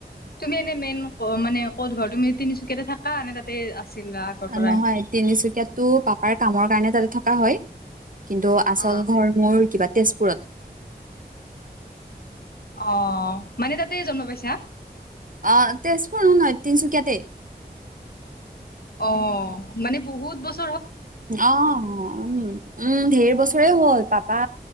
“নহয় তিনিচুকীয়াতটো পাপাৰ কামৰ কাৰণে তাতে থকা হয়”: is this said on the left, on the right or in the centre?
Right